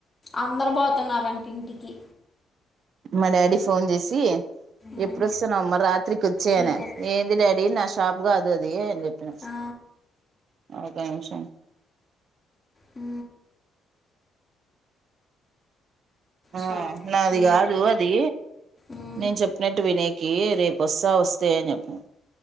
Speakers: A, on the left; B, on the right.
A: అందరు పోతున్నారన్ ఇంటికి
B: మా డాడీ ఫోన్ చేసి
A: ఉమ్,
B: ఇప్పుడోస్తున్నవమ్మ రాత్రికి వచ్చేయనే
A: వెళ్ళిపో
B: ఏంది డాడీ నా షాప్గా కాదది అని చెప్పిన
A: ఆ
B: ఒక నిమిషం
A: ఆ
B: ఆ
A: షాప్
B: నాది
A: ఉమ్,
B: కాదు అది
A: ఉమ్.
B: నేను చెప్పినట్టు వినేకి రేపోస్తా వస్తే అని చెప్పు